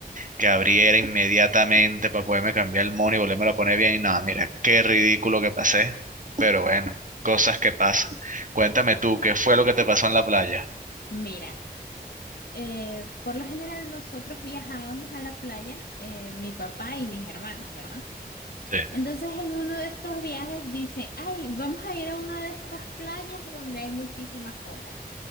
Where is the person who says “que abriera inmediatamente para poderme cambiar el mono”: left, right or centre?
Right